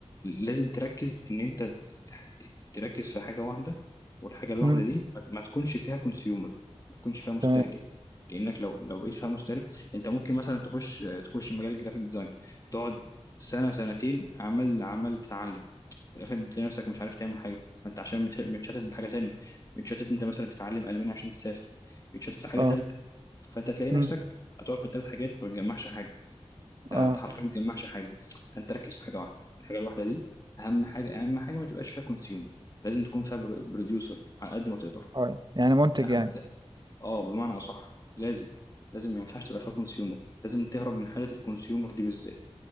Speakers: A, on the left; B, on the right.
A: لازم تركز ان انت تح- تركز في حاجه واحده والحاجه الواحده
B: مم،
A: دي ما ما تكونش فيها كونسيومر ما تكونش فيها مستهلك
B: تمام
A: لانك لو لو بقيت فيها مستهلك انت ممكن مثلا تخش تخش مجال الجرافيك ديزاين تقعد سنه سنتين عمال عمال تتعلم في الاخر بتلاقي نفسك مش عارف تعمل حاجه ما انت عشان مت- متشتت بحاجه تانية متشتت انت مثلا تتعلم الماني عشان تسافر متشتت في حاجه
B: اه
A: تالته فانت تلاقي
B: مم،
A: نفسك هتقعد في ثلاث حاجات ما بتجمعش حاجه ده
B: اه
A: انت حرفيا ما بتجمعش حاجه فانت ركز في حاجه واحده الحاجه الواحده دي اهم حاجه اهم حاجه ما تبقاش فيها كونسيومر لازم تكون فيها بروديوسر على قد ما تقدر
B: اه يعني منتج يعني
A: اهم ده اه بمعنى اصح لازم لازم ما ينفعش تبقى فيها كونسيومر لازم تهرب من حاله الكونسيومر دي بالذات